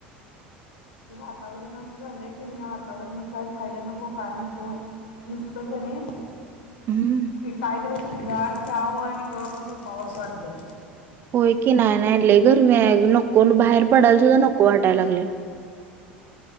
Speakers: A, on the left; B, on the right.
A: वातावरण असं झालंय का नाही या वातावरण काय खायला नको काय नको नुसत कणी
B: हुं-
A: काहीतरी असं गार प्याव आणि गप झोपावस वाटतंय.
B: होय की नाही नाही लयी गरमी हाय नको बाहेर पडायला सुद्धा नको वाटाय लागलंय.